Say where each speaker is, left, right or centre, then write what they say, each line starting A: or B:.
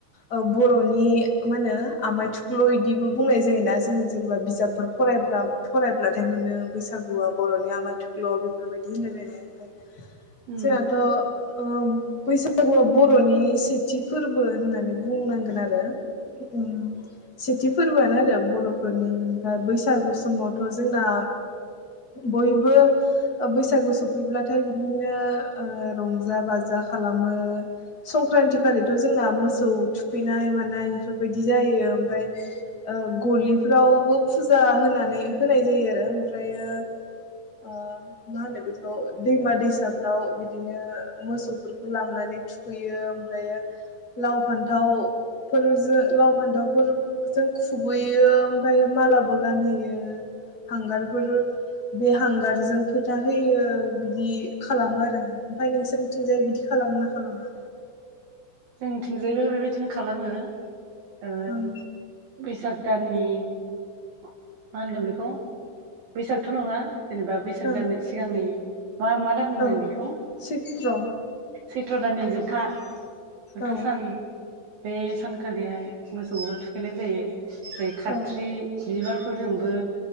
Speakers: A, on the left; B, on the right.
A: ओ बर'नि मा होनो आमाय थुख्ल' इदिबो बुंनाय जायोना जोङो जेनेबा बिजाबफोर फरायब्ला फरायब्लाथाय मोनो बैसागुआ बर'नि आमाय थुख ख्ल' बेफोरबायदि होनलायलायनाय।
B: उम
A: जोंहाथ' ओ बैसागुआ बर'नि सेथि फोरबो होननानै बुंनांगोन आरो उम सेथि फोरबोआनो आरो बर बर'फोरनि ओमफाय बैसागु स समावथ' जोंना बयबो ओ बैसागु सफैब्लाथाय बिदिनो ओ रंजा-बाजा खालामो संक्रान्ति खालिथ' जोंना मोसौ थुखैनाय मानाय बेफोरबायदि जायो ओमफाय ओ गलिफ्रावबो फुजा होनानै होनाय जायो आरो ओमफ्रायो ओ मा होनो बेखौ दैमा दैसाफ्राव बिदिनो मोसौफोरखौ लांनानै थुखैयो ओमफ्रायो लाव फान्थावफोरजो लाव फान्थावफोरजों खुबैयो ओमफाय मालाबो गानहोयो हांगारफोर बे हांगार जों फोथा होयो बिदि खालामो आरो ओमफाय नोंसोरनिथिंजाय बिदि खालामो ना खालामा?
B: जोंनिथिंजायबो बेबायदिनो खालामो। ओ
A: ओं
B: बैसाग दाननि मा होनगोन बेखौ बैसागथ' नङा। जेनेबा बैसाग
A: ओं
B: दाननि सिगांनि मा मा दान होनगोन
A: औ
B: बेखौ?
A: सैत्र
B: सैथ्र' दाननि जोबथा बथा
A: औ
B: सान। बे सानखालिहाय मोसौखो थुखैनाय जायो। जाय खाथ्रि
A: औ
B: बिबारफोरजोंबो